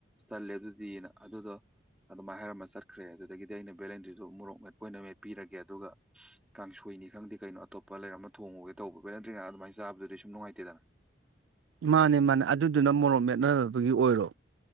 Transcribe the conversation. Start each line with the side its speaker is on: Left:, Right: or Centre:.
Centre: ꯇꯜꯂꯦ ꯑꯗꯨꯗꯤꯅ ꯑꯗꯨꯗꯣ ꯑꯗꯨꯃꯝꯥꯏ ꯍꯥꯏꯔꯃ ꯆꯠ ꯈ꯭ꯔꯦ ꯑꯗꯨꯗꯒꯤ ꯑꯩꯅ ꯚꯦꯂꯦꯟꯇ꯭ꯔꯤꯗ‌ꯣ ꯃꯣꯔꯣꯛ ꯃꯦꯠꯄ ꯑꯣꯏꯅ ꯃꯦꯠꯄꯤꯔꯒꯦ ꯑꯗꯨꯒ ꯀꯥꯡꯁꯣꯏꯅꯤ ꯈꯪꯗꯦ ꯀꯩꯅꯣ ꯑꯇꯣꯞꯄ ꯂꯩꯔ ꯑꯃ ꯊꯣꯡꯉꯨꯒ‌ꯦ ꯇꯧꯕ ꯚ‌ꯦꯂ‌ꯦꯟꯗ꯭ꯔꯤ ꯉꯥꯛ ꯑꯗꯨꯃꯥꯏ ꯆꯥꯕꯗꯨꯗꯤ ꯁꯨꯝ ꯅꯨꯡꯉꯥꯏꯇꯦꯗꯅ
Right: ꯃꯥꯅꯦ ꯃꯥꯅꯦ ꯑꯗꯨꯗꯨꯅ ꯃꯣꯔꯣꯛ ꯃꯦꯠꯅꯅꯕꯒꯤ ꯑꯣꯏꯔꯣ